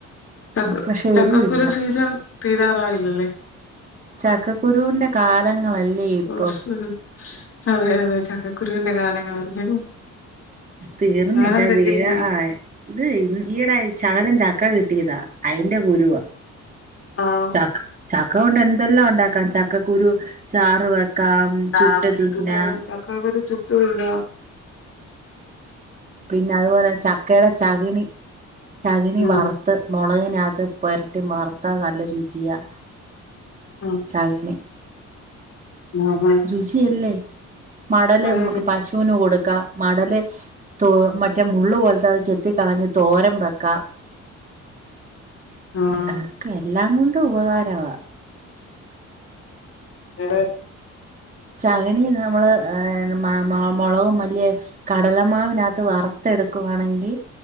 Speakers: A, on the left; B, on the right.
A: ചക്ക
B: പക്ഷെ
A: ചക്കക്കുരു
B: എരിവില്ല
A: സീസൺ തീരാറായില്ലലേ
B: ചക്കക്കുരൂന്റെ കാലങ്ങളല്ലേ ഇപ്പൊം
A: ഓഹ്. അതെ അതെ ചക്കക്കുരുവിന്റെ കാലങ്ങളല്ലേ
B: തീർന്നില്ല
A: കാലം തെറ്റി
B: തീരാ
A: പ്പോയി
B: ആഹ് ഇത് ഇൻ ഈയിടെയായി ചകലം ചക്ക കിട്ടിയതാ അയിന്റെ കുരുവ
A: ആണോ
B: ചക് ചക്ക കൊണ്ട് എന്തെല്ലാം ഒണ്ടാക്കാം ചക്കക്കുരു ചാറ് വെക്കാം ചുട്ട്
A: ആഹ്
B: തിന്നാം
A: <unintelligible> ചക്കക്കുരു ചുട്ട് തിന്നാം
B: പിന്ന അതു പോലെ ചക്കേട ചകിണി ചകിണി
A: ഉം
B: വറ് ത്ത് മൊളകിനാത്ത് പൊരട്ടി വറുത്താ നല്ല രുചിയാ
A: ഉം
B: ചകിണി
A: <unintelligible>
B: രുചിയല്ലേ മടല്
A: അതെ
B: നമ്മക്ക്
A: രീതി
B: പശുവിന് കൊടുക്കാം മടല് ത്തോ മറ്റേ മുള്ള് പോലത്തെ അത് ചെത്തി കളഞ്ഞ് തോരം വെക്കാ <inaudible>
A: ആഹ്
B: <unintelligible> എല്ലാം കൊണ്ടും ഉപകാരവാ
A: <unintelligible>
B: ചകിണി നമ്മള് ഏഹ് മ മ മൊളകും മല്ലിയെ കടല മാവിനാത്ത് വറുത്ത് എടുക്കുവാണെങ്കി